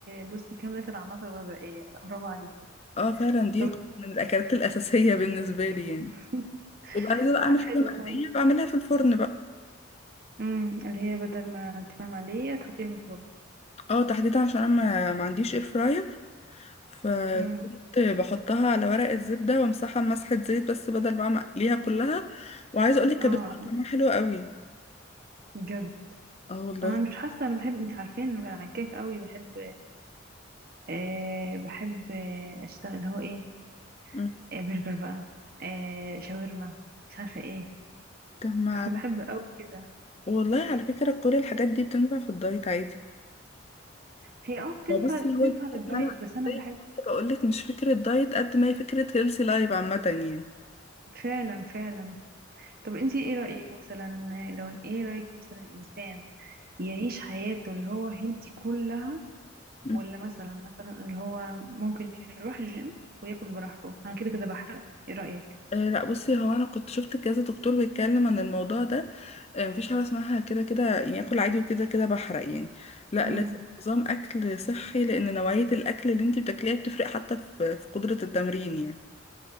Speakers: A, on the right (about 45°); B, on the left (about 30°).
A: بصي كامله العناصر الغذائيه لا برافو عليكي
B: اه فعلا دي
A: طب
B: من الأكلات الأساسية <laughs> بالنسبة لي يعني
A: <laughs>
B: وبعد كده بقى
A: لا
B: أعمل
A: حلو
B: حاجة مقلية
A: خالص
B: بعملها في الفرن بقى
A: امم اللي هي بدل ما تمام عاديه تحطيها في الفرن
B: اه تحديدا عشان أنا ما ما عنديش اير فراير فكنت
A: امم
B: بحطها على ورق الزبدة وامسحها بمسحة زيت بس بدل بقى ما اقليها كلها وعايزة اقولك كانت
A: اه
B: بتطلع
A: اه
B: طعمها حلو قوي
A: بجد
B: اه والله
A: انا مش حاسه انا بحب انت عارفين انا عكاك قوي بحب أه بحب آه، اشتغل اللي هو ايه
B: مم.
A: آه، برجر بقى أه شاورما مش عارفه ايه
B: طب ما
A: <laughs>
B: على-
A: بحب قوي كده
B: والله على فكرة كل الحاجات دي بتنفع في الدايت عادي
A: هي اه بتنفع
B: ما بصي
A: بتنفع
B: هو الفكرة
A: للدايت
B: ان انا
A: بس انا
B: زي
A: بحب
B: ما كنت بقولك مش فكرة دايت قد ما هي فكرة هيلثي لايف عامة يعني
A: فعلا فعلا طب انتي ايه رايك مثلا آه، لو ايه رايك مثلا الانسان يعيش حياته اللي هو هيلثي كلها
B: مم.
A: ولا مثلا مثلا اللي هو ممكن يروح الجيم وياكل براحته انا كده كده بحرق ايه رايك
B: آه لا بصي هو انا كنت شفت كذا دكتور بيتكلم عن الموضوع ده آه مفيش حاجه اسمها كده كده يعني اكل عادي وكده كده بحرق يعني لا
A: امم
B: لازم نظام اكل صحي لان نوعيه الاكل اللي انت بتاكليها بتفرق حتى في في قدره التمرين يعني